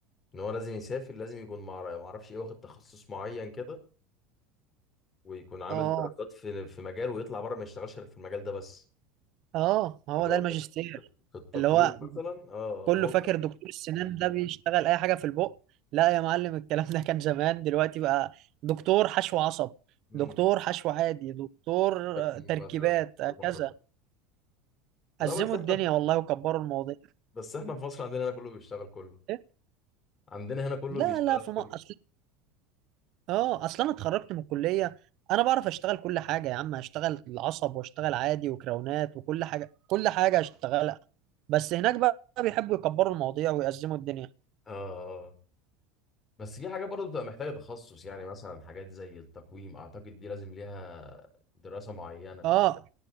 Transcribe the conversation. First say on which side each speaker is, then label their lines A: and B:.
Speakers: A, on the left; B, on the right.
A: ان هو لازم يسافر لازم يكون مع ما اعرفش ايه واخد تخصص معين كده ويكون عامل
B: اه
A: دراسات في في مجال ويطلع بره ما يشتغلش غير في المجال ده بس
B: اه ما هو
A: اللي
B: ده
A: هو
B: الماجستير
A: في في التقويم
B: اللي هو
A: مثلا اه
B: كله
A: آه، هو
B: فاكر
A: ده
B: دكتور السنان ده بيشتغل اي حاجه في البق لا يا معلم الكلام ده كان زمان دلوقتي بقى دكتور حشو عصب
A: مم.
B: دكتور حشو عادي دكتور
A: تكوين
B: آه، تركيبات
A: مثلا دكتور
B: آه،
A: معرفة.
B: كذا
A: لا
B: أزموا
A: بس احنا
B: الدنيا والله وكبروا المواضيع
A: بس احنا في مصر عندنا هنا كله بيشتغل كله
B: إيه؟
A: عندنا هنا كله
B: لا
A: بيشتغل
B: لا في ما
A: كله
B: اصل اه اصل انا اتخرجت من الكليه انا بعرف اشتغل كل حاجه يا عم هشتغل العصب واشتغل عادي وكراونات وكل حاجه كل حاجه هشتغلها بس هناك بقى بيحبوا يكبروا المواضيع ويأزموا الدنيا
A: اه آه. آه. بس في حاجات برضه بتبقى محتاجة تخصص يعني مثلا حاجات زي التقويم اعتقد دي لازم ليها دراسة معينة تقريبا
B: اه